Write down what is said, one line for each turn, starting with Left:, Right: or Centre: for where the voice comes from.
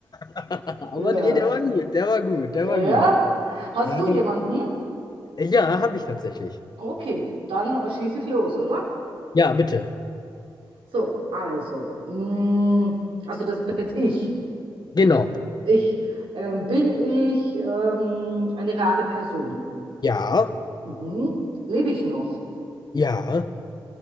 Left: <laughs> Aber
Right: ja,
Left: nee, der war gut, der war gut, der
Right: ja.
Left: war gut.
Right: Hast
Left: Ja,
Right: du
Left: der,
Right: jemanden?
Left: ja, habe ich tatsächlich.
Right: Okay, dann äh, schieße ich los, oder?
Left: Ja, bitte.
Right: So, also, mm, also das bin jetzt ich.
Left: Genau.
Right: Ich ähm, bin ich ähm, eine reale Person.
Left: Ja,
Right: Mhm. Lebe ich noch?
Left: ja,